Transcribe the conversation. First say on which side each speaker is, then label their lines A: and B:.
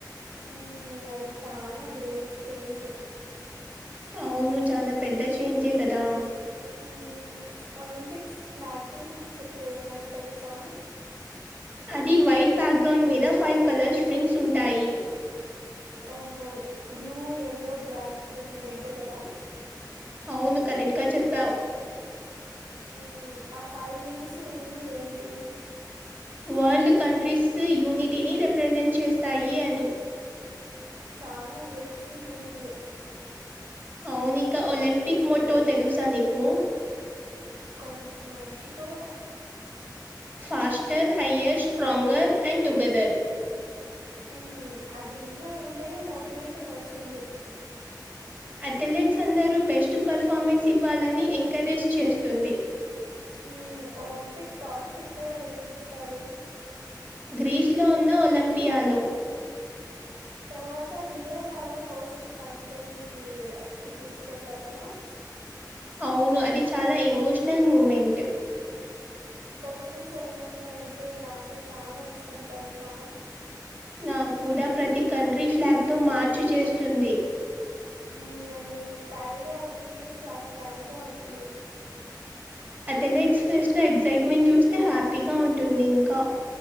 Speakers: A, on the right (about 75°); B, on the right (about 20°).
A: ఉ అది చానా గ్రేట్ చేంజ్
B: అవును చాలా పెద్ద చేంజే కదా
A: ఉ ఒలింపిక్స్ ఫ్లాగ్ గురించి చెప్పు ఏమన్నా తెలుసా.
B: అది వైట్ బ్యాక్గ్రౌండ్ మీద ఫైవ్ కలర్స్ రింగ్స్ ఉంటాయి.
A: ఓహో blue yellow black green red కదా
B: అవును కరెక్ట్గా చెప్పావు
A: ఉ ఆ ఫైవ్ రింగ్స్ మీనింగ్ ఏంటి
B: వరల్డ్ కంట్రీస్ యూనిటీని రిప్రజెంట్ చేస్తాయి అని
A: చాలా బ్యూటిఫుల్ మీనింగ్
B: అవును ఇంకా ఒలింపిక్ మొటో తెలుసా నీకు
A: కొంచం మరిచిపోయా
B: faster higher stronger and together
A: ఉ అది విన్న వెంటనే మోటివేషన్ వస్తుంది
B: అథ్లెట్స్ అందరూ బెస్ట్ పర్ఫార్మెన్స్ ఇవ్వాలని ఎంకరేజ్ చేస్తుంది.
A: ఉ ఒలింపిక్ టార్చ్ ఎక్కడ వెలిగిస్తారు
B: గ్రీస్లో ఉన్న ఒలింపియాలో
A: తర్వాత రిలే లాగా హోస్ట్ కంట్రీకి తీసుకెళ్తారు కదా.
B: అవును అది చాలా ఎమోషనల్ మూమెంట్
A: ఓపెనింగ్ సెరమనీ అంటే నాకు చాలా ఇష్టం తెలుసా.
B: నాకు కూడా ప్రతి కంట్రీ ఫ్లాగ్తో మార్చ్ చేస్తుంది
A: ఉమ్ అని ప్యారడే ఆఫ్ నేషన్స్ చాలా గ్రాండ్గా ఉంటుంది.
B: అథ్లెట్స్ ఫేస్ట్లో ఎగ్సైట్మెంట్ చూస్తే హ్యాపీగా ఉంటుంది ఇంకా.